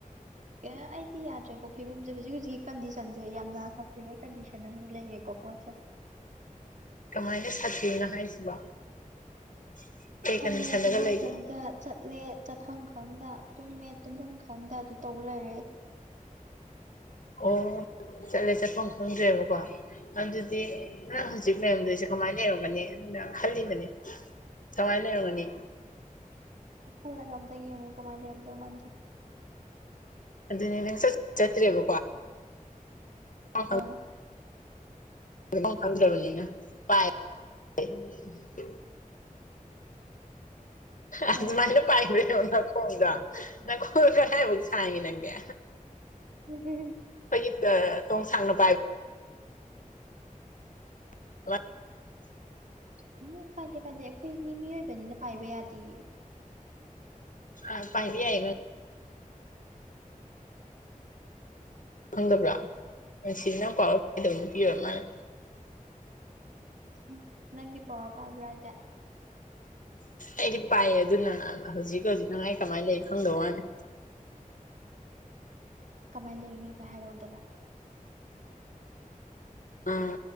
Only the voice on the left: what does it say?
ꯀꯃꯥꯏꯅ ꯁꯥꯊꯤꯔꯤꯅꯣ ꯍꯥꯏꯁꯤꯕꫭ <inaudible>
ꯂꯩꯒꯦ
ꯑꯣ ꯆꯠꯂꯦ ꯆꯠꯄ ꯈꯪꯗ꯭ꯔꯦꯕꯀꯣ ꯑꯗꯨꯗꯤ ꯅꯪ
ꯍꯧꯖꯤꯛ ꯂꯩꯔꯝꯗꯣꯏꯁꯦ ꯀꯃꯥꯏ ꯂꯩꯔꯝꯒꯅꯤ ꯑꯅ ꯈꯜꯂꯤꯕꯅꯦ ꯀꯥꯃꯥꯏ ꯂꯩꯔꯝꯒꯅꯤ
ꯑꯗꯨꯅꯦ ꯅꯪ ꯆꯠ ꯆꯠꯇ꯭ꯔꯦꯕꯀꯣ <unintelligible>
ꯆꯠꯄꯝ ꯈꯪꯗ꯭ꯔꯕꯅꯤꯅ <unintelligible> ꯑꯗꯨꯃꯥꯏꯅ
ꯄꯥꯏꯈ꯭ꯔꯦꯕ ꯅꯪ ꯈꫭꯡꯗꫭ ꯅꯪ ꯈꯨꯠ ꯀꯗꯥꯏꯕꯨ ꯁꯥꯡꯉꯦ ꯅꯪꯒꯦ
ꯑꯩꯈꯣꯏꯒꯤ ꯇꫭꯡ ꯁꯥꯡꯅ ꯄꯥꯏꯕ <unintelligible>
ꯑ ꯄꯥꯏꯕꯥ ꯍꯥꯏ ꯈꯪꯗꯕ꯭ꯔꯥ <unintelligible> ꯃꯥꯜꯂꯦ
ꯑꯩꯗꯤ ꯄꯥꯏꯑꯦ ꯑꯗꯨꯅ ꯍꯧꯖꯤꯛ ꯍꯧꯖꯤꯛ ꯅꯪ ꯑꯩ ꯀꯃꯥꯏꯅ ꯂꯩ ꯈꯪꯗ ꯋꯥꯅꯤ
ꯎꯝ